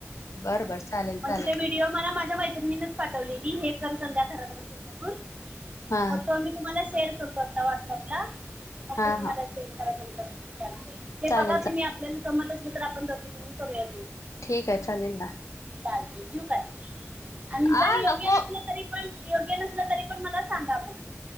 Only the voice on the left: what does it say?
बरं बरं चालेल
चालेल.
हा
हा
हा
चालेल
चालेल.
ठीक आहे चालेल ना.
आ
नको.